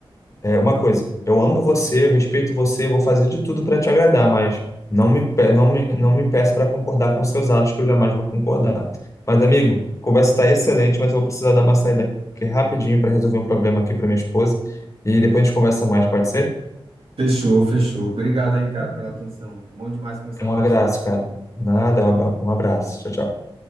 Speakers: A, on the left; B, on the right.
A: é uma coisa, eu amo você, eu respeito você, eu vou fazer de tudo para te agradar, mas não me, pe- não me, não me peça para concordar com seus atos, que eu jamais vou concordar. Mas, amigo, a conversa está excelente, mas eu vou precisar dar uma saída aqui rapidinho para resolver um problema aqui para minha esposa. E depois a gente conversa mais, pode ser?
B: Fechou, fechou. Obrigado aí, cara, pela atenção. Bom demais conversar
A: Um
B: com
A: abraço,
B: você.
A: cara. Nada,
B: Valeu.
A: um abra- um abraço. Tchau, tchau.